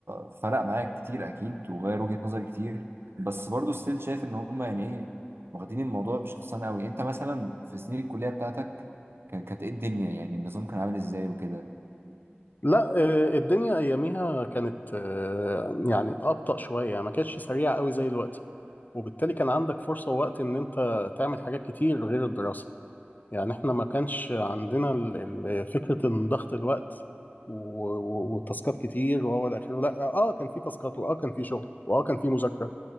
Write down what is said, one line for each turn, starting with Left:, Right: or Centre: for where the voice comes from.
Right: فرق معايا كتير اكيد وغير وجهة نظري كتير بس برضو ستيل شايف ان هما يعني ايه واخدين الموضوع بشخصان قوي انت مثلا في سنين الكلية بتاعتك ك- كانت ايه الدنيا يعني النظام كان عامل ازاي وكده
Left: لا آه، الدنيا اياميها كانت آه، يعني ابطأ شويه يعني ما كانتش سريعه قوي زي دلوقتي وبالتالي كان عندك فرصة ووقت إن أنت تعمل حاجات كتير غير الدراسة يعني إحنا ما كانش عندنا ال- ال- فكرة إن ضغط الوقت و- و- وتاسكات كتير وهو إلى آخره لا آه كان في تاسكات وآه كان في شغل وآه كان في مذاكرة